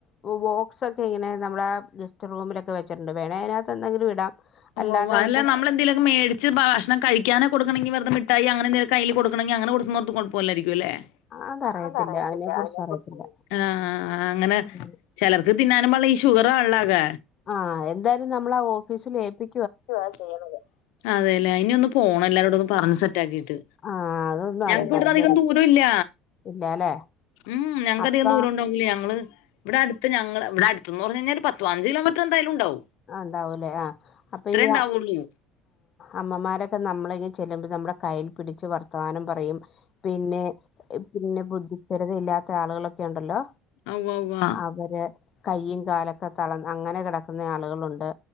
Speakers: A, on the left; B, on the left.
A: ബോക്സ്ക്കെ ഇങ്ങനെ നമ്മുടെ ഗസ്റ്റ് റൂമിലൊക്കെ വെച്ചിട്ടുണ്ട് വേണ അതിനകത്ത് എന്തെങ്കിലും ഇടാം
B: ഓ ഉവ്വ
A: അല്ലാണ്ട്
B: വ്വ
A: അവരുടെ
B: അല്ല നമ്മള എന്തേലുമൊക്കെ മേടിച്ച് ഭാക്ഷണം കഴി ക്ക്യാണ് കൊടുക്കുന്നെങ്കി വെർതെ മിഠായി അങ്ങനെന്ത കയ്യില് കൊടുക്കണെങ്കി അങ്ങനെ കൊടുന്നോർത്ത് <unintelligible>
A: അതറിയത്തില്ല
B: അതറിയത്തില്ലാ
A: അതിനെ കുറിച്ച്
B: അതിനെക്കുറിച്ച്
A: അറിയത്തില്ല
B: ആ.. അങ്ങനെ
A: ഉം.
B: ചെലർക്ക് തിന്നാന്നും വളി ഇഷ് ഷുഗർ ആണല്ലോ അത്
A: ആഹ് എന്തായാലും നമ്മള് ആ ഓഫീസിൽ ഏൽപ്പി
B: യാണ് ചെയുന്നത് അതെല്ലേ ഇനി ഒന്ന് പോണം എല്ലാരോട് ഒന്ന് പ ഒന്ന് സെറ്റക്കി
A: ആ അതൊന്നും
B: ഞങ്ങക്ക്
A: അത്
B: ഇവിടു
A: നല്ലൊരു
B: അധികം ദൂരം ഇല്ല
A: ഇല്ല അല്ലേ
B: ഉം ഞങ്ങക്ക്
A: അപ്പ
B: അധികം ദൂരം ഉണ്ടാവൂല ഞങ്ങള് ഇവിടടുത്ത് ഞങ്ങള് ഇവിടെ അടുത്ത് എന്ന് പറഞ്ഞ് കഴിഞ്ഞ പത്തു പതിനഞ്ച് കിലോ മീറ്റർ എന്തായാലുംണ്ടാവും
A: ആതാവൂല്ലേ ആഹ അപ്പൊ ഈ
B: ഉണ്ടാവുള്ളൂ
A: ആ അമ്മമാരൊക്കെ നമ്മളെങ്ങും ചെല്ലുമ്പോ നമ്മുടെ കൈയിൽ പിടിച്ച് വർത്തമാനം പറയും പിന്നെ പിന്നെ ബുദ്ധിസ്ഥിരത ഇല്ലാത്ത <unintelligible> ആളുകളൊക്കെ ഉണ്ടല്ലോ
B: ഉവ്വ ഉവ്വ
A: അവര് കയ്യും കാലോ തളന്ന് അങ്ങനെ കിടക്ക് ആളുകളുണ്ട്